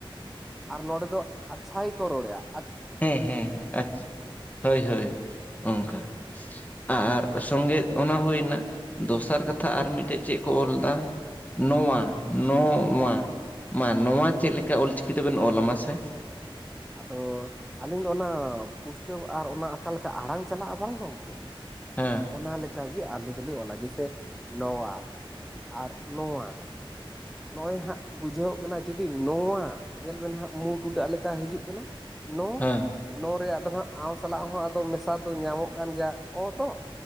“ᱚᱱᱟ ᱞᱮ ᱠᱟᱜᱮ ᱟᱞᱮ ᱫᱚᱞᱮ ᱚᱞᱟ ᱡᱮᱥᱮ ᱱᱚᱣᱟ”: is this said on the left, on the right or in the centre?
Centre